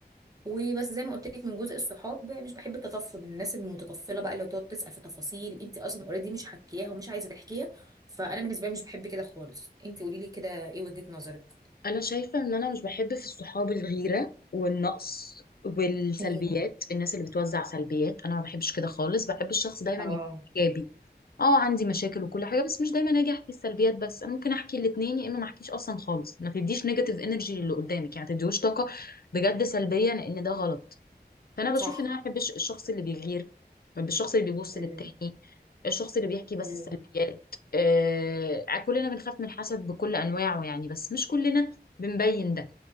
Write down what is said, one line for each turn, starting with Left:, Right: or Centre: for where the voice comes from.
Right: وبس زي ما قلت لك من جزء الصحاب مش بحب التطفل الناس المتطفله بقى اللي تقعد تسال في تفاصيل انت اصلا اوريدي مش حكياها ومش عايزه تحكيها فانا بالنسبه لي مش بحب كده خالص انت قولي لي كده ايه وجهه نظرك
Left: انا شايفة ان انا مش بحب في الصحاب الغيرة والنقص والسلبيات
Right: امم
Left: الناس اللي بتوزع سلبيات انا ما بحبش كده خالص بحب الشخص دايما
Right: اه
Left: يكون ايجابي اه عندي مشاكل وكل حاجة بس مش دايما اجي احكي السلبيات بس انا ممكن احكي الاتنين يا اما ما احكيش اصلا خالص ما تديش نيجاتيف انرجي للي قدامك يعني ما تديهوش طاقة بجد سلبية لان ده غلط فانا
Right: صح
Left: بشوف ان انا ما بحبش الشخص اللي بيغير بحب الشخص اللي بيبص
Right: امم
Left: للتاني الشخص اللي بيحكي بس
Right: امم
Left: السلبيات آه كلنا بنخاف من الحسد بكل انواعه يعني بس مش كلنا بنبين ده